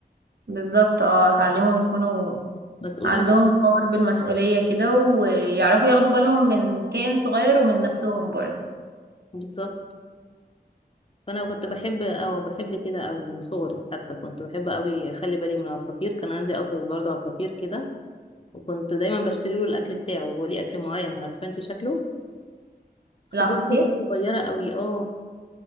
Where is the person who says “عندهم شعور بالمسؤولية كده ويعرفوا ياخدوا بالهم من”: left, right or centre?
Right